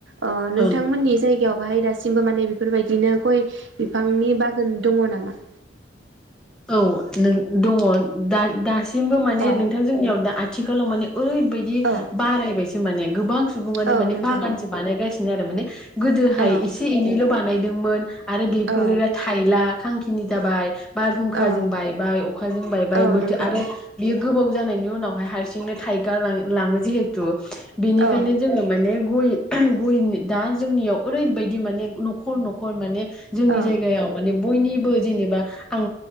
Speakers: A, on the right; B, in the centre.
A: ओ नोंथांमोननि
B: ओं
A: जाय जायगायाव बाहाय दासिमबो माने बेफोरबायदिनो गय बिफांनि बागान दङ नामा
B: औ नों दङ। दसिमबो माने
A: औ
B: नोंथां जनियाव दा आ। थिखालाव माने। ओरैबायदि
A: औ
B: बारायबायसो। माने गोबां। सुबुङानो
A: औ
B: माने
A: नंगौ
B: बागानसो बानायगासिनो <unintelligible> माने गोदोहाय
A: औ
B: एसे एनैल बानायो दोंमोन। आरो बेफोरो
A: औ
B: थाइला। खांखिनि जाबाय बारहुंखाजों
A: औ
B: बायबाय अखाजों बायबाय
A: औ
B: बोथोर
A: नंगौ
B: आरो बेयो गोबाव जानायनि उनावहाय हारसिं सिंनो थाइगा लां लाङो जिहेतु बेनिखायनो
A: औ
B: जोङो माने गय गय दा जोंनियाव ओरैबायदि माने न'खर न'खर माने। जोंनि
A: औ
B: जायगायाव माने बयनिबो जेनेबा आं